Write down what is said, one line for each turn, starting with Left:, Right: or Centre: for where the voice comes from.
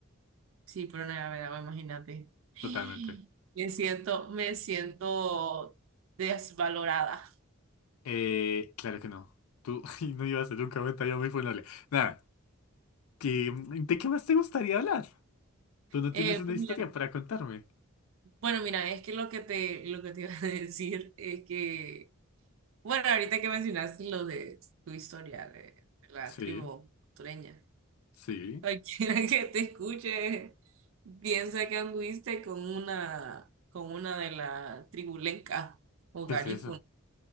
Right: Sí, pero no me agua, imagínate. <gasps>
Left: Totalmente.
Right: Me siento, me siento desvalorada.
Left: Eh, claro que no. Tú <laughs> ay, no ibas a hacer un comentario muy funable. Nada, ¿qué- ¿de qué más te gustaría hablar? Tú no
Right: Eh,
Left: tienes una
Right: pues
Left: historia
Right: mira,
Left: para contarme.
Right: bueno, mira, es que lo que te, lo que te iba a <laughs> decir es que, bueno, ahorita que mencionaste lo de tu historia de, de la
Left: Sí,
Right: tribu costeña,
Left: sí.
Right: cualquiera <laughs> que te escuche piensa que anduviste con una, con una de la tribu lenca o
Left: ¿Qué
Right: garífuna.
Left: es eso?